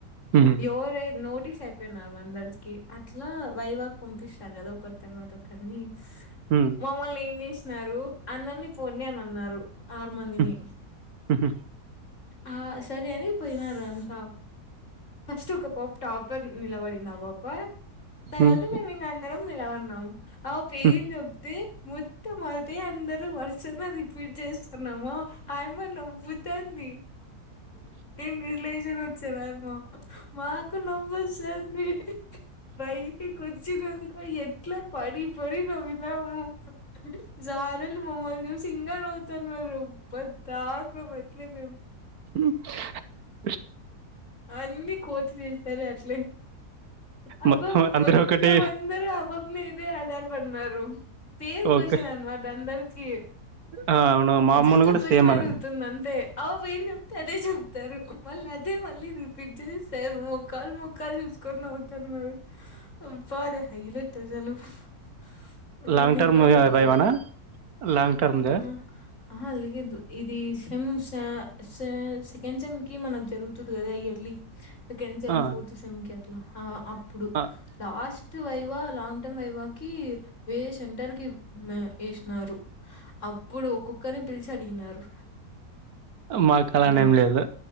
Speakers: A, on the right; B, on the left.
A: ఊ
B: డోరే నోటీస్ అయిపోయినాం అందరికీ అట్లా వైవా కి పంపిస్తారు కదా ఒకరి తర్వాత ఒకరిని
A: ఊ
B: మమ్మల్ని ఏం చేసినారు అందరినీ పోండి అని అన్నారు ఆరు మందిని
A: ఉమ్, ఉమ్,
B: ఆ సరే అని పోయినారు అంతా ఫస్ట్ ఒక పాప టాపర్ నిలబడింది ఆ పాప తర్వాత
A: ఉమ్,
B: మేం ఇంక అందరం నిలవడినాం అ పేం
A: ఉమ్.
B: చెప్తే మొత్తం అదే అందరు వర్సనా రిపీట్ చేస్తున్నాము ఆయమ్మ నవ్వుతాంది ఏం రిలేషన్ వచ్చేను ఆయమ్మ మాకు నవ్వొస్తాంది బైటికొచిన అంక ఎ ట్లా పడి పడి నవ్వినాము సారులు మమ్మల్ని చూ సింగా నవ్వుతన్నారు ప్రతి దాక మట్లే మేం
A: <unintelligible>
B: అన్నీ కోతి చేష్టలు అట్లే ఆ
A: మొత్తం
B: పాప
A: అందరూ
B: మొత్తం
A: ఒకటి
B: అందరూ ఆ పాప మీదే ఆధారపడినారు సేమ్ క్వషన్
A: ఒక
B: అనమాట అందరికీ
A: ఆ, అవును మామూలు
B: జస్ట్
A: కూడా
B: ఒక కొషన్
A: సేమ్ అలా
B: అడుగుతుంది అంతే ఆపు ఏం చెప్తే అదే చెప్తారు మళ్ళ అదే మళ్ళీ రిపీట్ చేసాము మొఖాలు మొఖాలు చూసుకొని నవ్వుతన్నారు అబ్బా అది హైలట్ అసలు <unintelligible>
A: లాంగ్ టర్మ్
B: గాదు అప్పుడు
A: వైవానా లాంగ్ టర్మ్ దే
B: ఆ అహా లేదు ఇది సిమ్ సా సె సెకండ్ సెమ్ ట్లీ మనకు జరుగుతుంది కదా ఇయర్లీ సెకండ్ సెమ్
A: ఆ,
B: ఫోర్త్ సెమ్ కి అట్లా ఆ అప్పుడు
A: ఆ,
B: last viva long term viva కి వేరే సెంటర్ కి ఏసినారు అప్పుడు ఒక్కొక్కరిని పిలిచి అడిగినారు
A: మాకు అలా అని
B: నా
A: ఏం లేదు